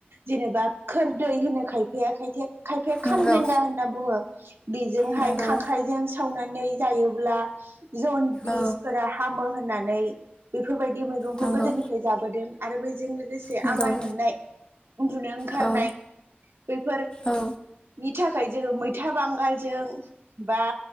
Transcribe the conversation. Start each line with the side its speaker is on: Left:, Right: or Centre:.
Right: जेनेबा खोरदै होनो खायफाया खायथे खायफाया
Left: नंगौ
Right: खामरेंगा होनना बुङो बेजोंहाय
Left: नंगौ
Right: खांख्राइजों सावनानै जायोब्ला जनदिसफोरा
Left: औ
Right: हामो होननानै बेफोरबायदि मैगंखौ
Left: नंगौ
Right: गोदोनिफ्राय जाबोदों आरो बजों लोगोसे
Left: नंगौ
Right: आमाय मोननाय उन्दुनो ओंखारनाय
Left: औ
Right: बेफोर
Left: औ
Right: नि थाखाय जोङो मैथा बांगालजों बा